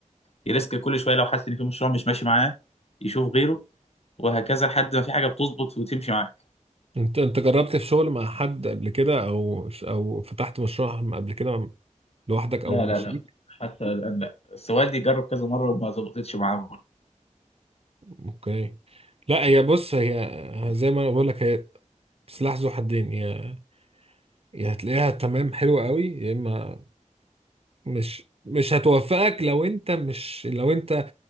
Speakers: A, on the left; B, on the right.
A: يريسك كل شويه لو حاسس ان في مشروع مش ماشي معاه يشوف غيره وهكذا لحد ما في حاجه بتظبط وتمشي معاك
B: انت انت جربت في شغل مع حد قبل كده او او فتحت مشروع قبل كده مع- لوحدك او
A: لا
B: مع
A: لا
B: شريك
A: لا حتى الان لا بس والدي جرب كذا مره وما ظبطتش معاه مرة.
B: اوكي لا هي بص هي زي ما انا بقول لك هي سلاح ذو حدين يا يا هتلاقيها تمام حلو قوي يا اما مش مش هتوفقك لو انت مش لو انت